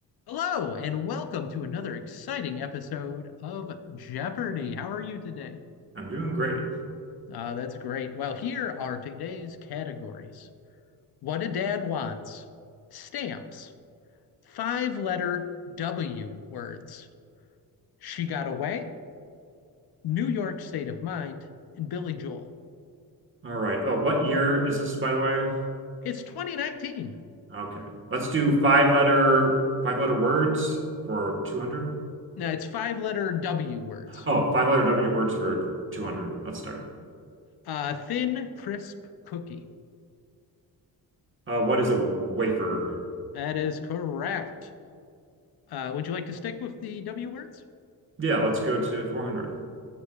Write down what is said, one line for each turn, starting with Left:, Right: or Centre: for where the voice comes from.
Left: Hello, and welcome to another exciting episode of Jeopardy! How are you today?
Right: I'm doing great.
Left: Uh, that's great. Well, here are today's categories What a Dad Wants, Stamps, Five Letter W Words, She Got Away, New York State of Mind, and Billy Joel.
Right: All right. Oh, what year is this, by the way?
Left: It's 2019.
Right: Okay. Let's do five letter five letter words for 200.
Left: No, it's five letter W words.
Right: Oh, five letter W words for 200. Let's start.
Left: Uh, thin, crisp cookie.
Right: Uh, what is a wafer?
Left: That is correct. Uh, would you like to stick with the W words?
Right: Yeah, let's go to 400.